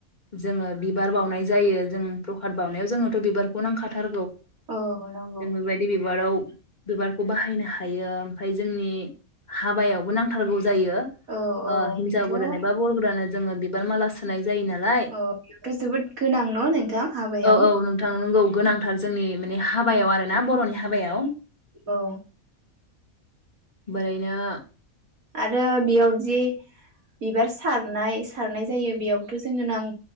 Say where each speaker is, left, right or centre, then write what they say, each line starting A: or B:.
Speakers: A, on the left; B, on the right.
A: जोङो बिबार बाउनाय जायो जों प्रखाद बाउनायाव जोङोथ' बिबारखौ नांखाथार
B: ओ नंगो
A: जों बेबादि बिबाराव बिबारखौ बाहायनो हायो ओमफाय जोंनि हाबायावबो नांथारगौ जायो
B: औ
A: ओ
B: औ
A: हिनजाव
B: बेथ'
A: बरायनाय बा बर गोदानो जोङो बिबार माला सोनाय जायो नालाय
B: अ बेथ' जोबोद गोनां न' नोंथां हाबायाव
A: औ औ नोंथां नंगौ गोनांथार जोंनि माने हाबायाव आरो ना बर'नि हाबायाव
B: औ
A: बोरैनो
B: आरो बेयावदि बिबार सारनाय सारनाय जायो बेयाव थ जोंनो नां